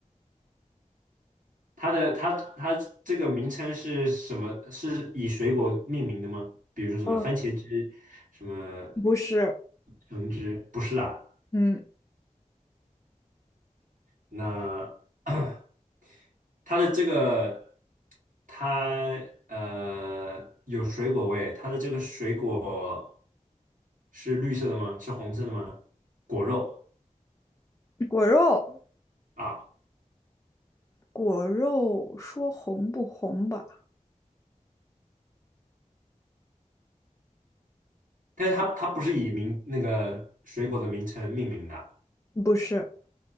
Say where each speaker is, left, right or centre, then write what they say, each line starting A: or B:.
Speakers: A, on the right; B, on the left.
A: 它的它它这个名称是什么？是以水果命名的吗？比如说什么番茄汁，
B: 嗯，
A: 什么
B: 不是，
A: 橙汁？不是啊。
B: 嗯，
A: 那 <clears throat> 它的这个，它呃有水果味，它的这个水果是绿色的吗？是红色的吗？果肉
B: 果肉，
A: 啊，
B: 果肉说红不红吧？
A: 但是它它不是以名那个水果的名称命名的，
B: 不是，